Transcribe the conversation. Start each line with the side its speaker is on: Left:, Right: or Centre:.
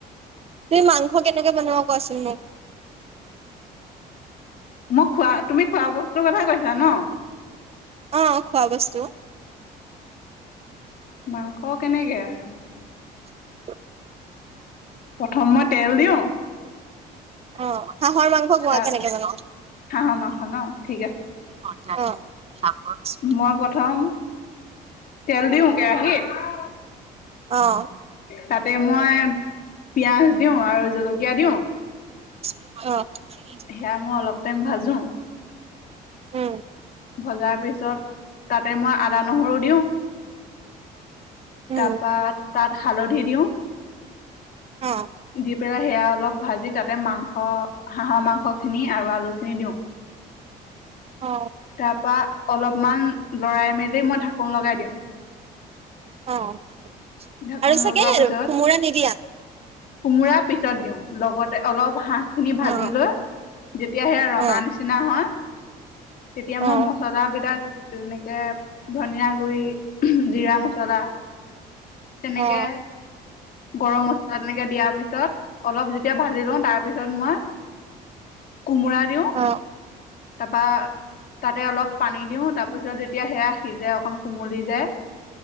Right: তুমি মাংস কেনেকে বনাব কোৱাচোন মোক।
Left: মই খোৱা তুমি খোৱা বস্তুৰ কথা কৈছা ন।
Right: অ, খোৱা বস্তু।
Left: মাংস কেনেকে আৰু
Right: <inaudible>
Left: প্ৰথমত তেল দিওঁ
Right: অ', হাঁহৰ মাংস কোৱা
Left: তাৰ
Right: কেনেকৈ বনাওঁ?
Left: হাঁহৰ মাংস ন ঠিক আছে
Right: অ'।
Left: মই প্ৰথম তেল দিওঁ কেৰাহীত
Right: অ'।
Left: তাতে মই পিয়াজ দিওঁ আৰু জলকীয়া দিওঁ।
Right: অ'।
Left: সেয়া মই অলপ টাইম ভাজোঁ
Right: উম।
Left: ভজাৰ পিছত তাতে মই আদা-নহৰু দিওঁ।
Right: উম
Left: তাৰপা, তাত হালধি দিওঁ,
Right: অ
Left: দি পেলাই, সেয়া অলপ ভাজি তাতে মাংস, হাঁহৰ মাংসখিনি আৰু আলুখিনি দিওঁ।
Right: অ'।
Left: তাৰ পৰা অলপমান লৰাই-মেলি মই ঢাকোন লগাই দিওঁ।
Right: অ',
Left: ঢাকোন
Right: আৰু চাগে,
Left: লগোৱাৰ পিছত
Right: কোমোৰা নিদিয়া?
Left: কোমোৰা পিছত দিওঁ, লগতে অলপ হাঁহ খিনি ভাজি
Right: অ
Left: লৈ, যেতিয়া সেয়া ৰঙা
Right: অ
Left: নিচিনা হয় তেতিয়া মই
Right: অ
Left: মছলাবিলাক যেনেকে ধনিয়া গুৰি, জিৰা মছলা তেনেকে
Right: অ
Left: গৰম মছলা তেনেকৈ দিয়াৰ পিছত অলপ যেতিয়া ভাজি লওঁ, তাৰপিছত মই
Right: <inaudible>
Left: কোমোৰা দিওঁ,
Right: অ অ
Left: তাৰপা তাতে অলপ পানী দিওঁ। তাৰপিছত যেতিয়া সেয়া সিজে, অকণ কোমলি যায়